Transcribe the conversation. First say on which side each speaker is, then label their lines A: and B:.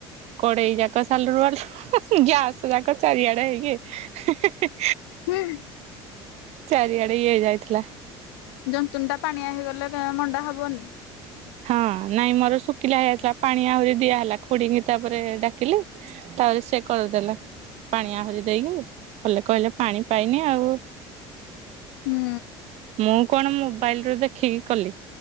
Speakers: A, on the right; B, on the left.
A: କଢ଼େଇ ଯାକ ସାଲୁରୁ ୱାଡ଼ୁ ହୁଁ ହୁଁ ଗ୍ୟାସ୍ ଯାଙ୍କ ଚାରିଆଡ଼େ ହେଇକି ହେଁ ହେଁ ହେଁ।
B: ହୁଁ ହୁଁ।
A: ଚାରିଆଡ଼େ ଇଏ ଯାଇଥିଲା।
B: ଜନ୍ତୁନିଟା ପାଣିଆଁ ହେଇଗଲା କାଁ ମଣ୍ଡା ହବନି।
A: ହଁ ନାଇଁ ମୋର ଶୁଖିଲା ହେଇୟାଥିଲା ପାଣି ଆହୁରି ଦିଆ ହେଲା ଖୁଡ଼ିକି ତାପରେ ଡ଼ାକିଲି। ତାପରେ ସେ କରିଦେଲେ ପାଣି ଆହୁରି ଦେଇକି କଲେ କହିଲେ ପାଣି ପାଇନି ଆଉ।
B: ହୁଁ
A: ମୁଁ କଣ ମୋବାଇଲ୍ରୁ ଦେଖିକି କଲି